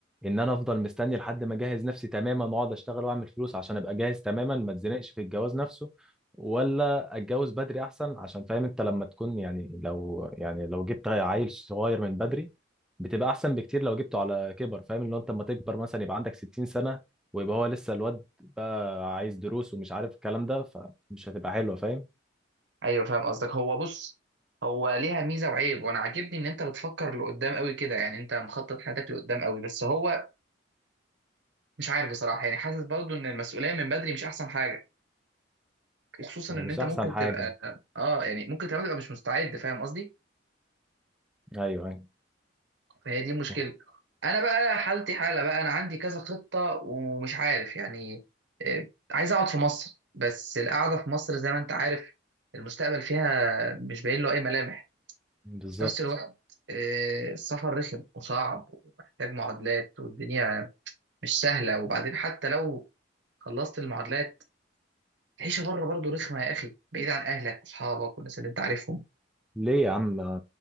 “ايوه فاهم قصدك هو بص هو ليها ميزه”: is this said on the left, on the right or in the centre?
Right